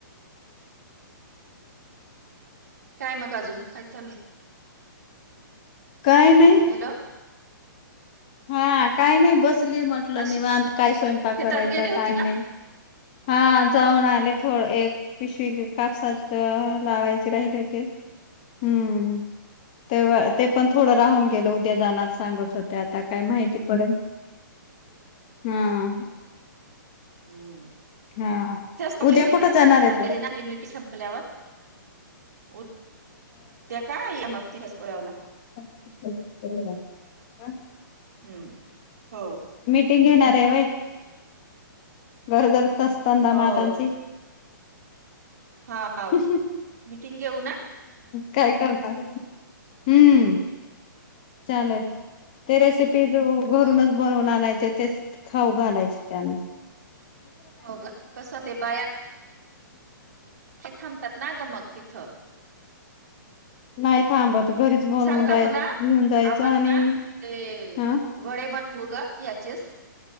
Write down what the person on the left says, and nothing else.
काय नाही
हा काय नाही बसली म्हटलं
निवांत काय स्वयंपाक
करायचा?
काय
नाही? हा जाऊन आले थोड एक पिशवी कापसा लावायचे राहिले होते हम्म तेव्हा ते पण थोडं राहून गेलं उद्या जाणार सांगत होत्या आता काय माहिती पडेल हा
हा
उद्या
कुठं
जाणार आहे
तू?
<inaudible>
अछ
मीटिंग घेणार हाय व्हय? गरोदर असता
मातांची?
ह
काय? हम्म चालेल
ते रेसिपीज घरूनच बनवून आणायचे, तेच खाऊ घालायचे त्यानला.
नाही थांबत. घरीच बनवून
जाय
घेऊन जायचं
आणि
हा